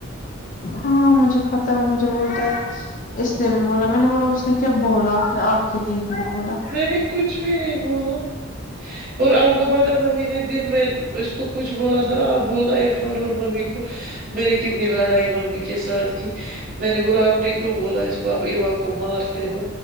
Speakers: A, on the left (about 40°); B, on the right (about 40°).
A: ہاں مجھے پتہ بو مجھے بول رہے اس نے بھی بولا میں نے بولا اس نے کیا بولا اس نے آپ کے لیے کیوں بولا
B: میں نے کچھ بھی نہیں بولا اور آپ کو پتا ممی نے دن میں ان اس تو کچھ بولا تھا نا آپ بولنا عرفان اور ممی کو میں نے کتنی لڑائی ممی کے ساتھ کی میں نے بولا آپ نے کیوں بولا اس کو آپ ایوا کو مارتے ہو